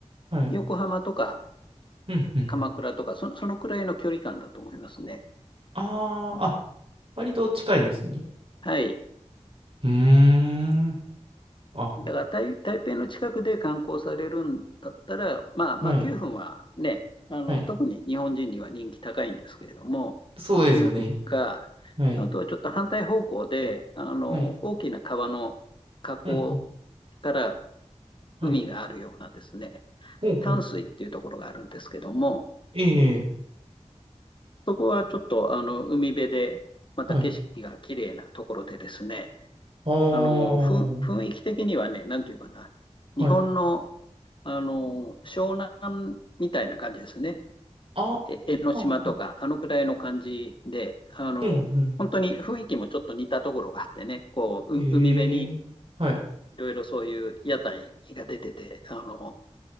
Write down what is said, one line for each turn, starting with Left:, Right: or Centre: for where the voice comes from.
Right: はい。
Left: 横浜とか
Right: うんうん。
Left: 鎌倉とか、そ、そのくらいの距離感だと思いますね。
Right: ああ、あ、割と近いですね。
Left: はい。
Right: うーん。あ、
Left: だから台、台北の近くで観光されるんだったら、まあ、まあ9分はね、
Right: はい。
Left: あの、
Right: はい。
Left: 特に日本人には人気高いんですけれども、
Right: そうですよね。
Left: まあ、9分か、
Right: はい。
Left: あとはちょっと反対方向で、あの、
Right: はい。
Left: 大きな川の河口
Right: うんうん。
Left: から
Right: はい。
Left: 海があるようなですね、
Right: ほうほう。
Left: 淡水っていうところがあるんですけども、
Right: ええ、
Left: そこはちょっとあの海辺で、また景色が綺麗なところでですね、
Right: はい。ああ、
Left: あの雰囲気的にはね、なんていうかな、
Right: はい。
Left: 日本の、あの湘南みたいな感じですね、
Right: あ
Left: え江ノ島とか、
Right: あ、ああ
Left: あのくらいの感じで、あの本当に雰囲気もちょっと似たところがあってね、
Right: うんうん。
Left: こうう海辺に
Right: ええ、はい。
Left: いろいろそういう屋台が出てて、あの